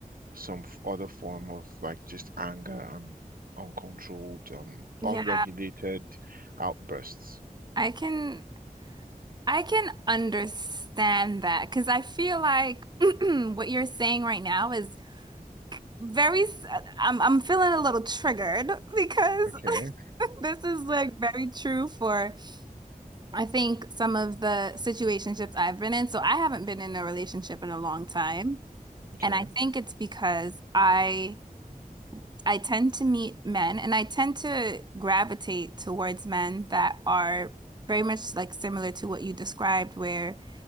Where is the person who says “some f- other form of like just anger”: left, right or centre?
Right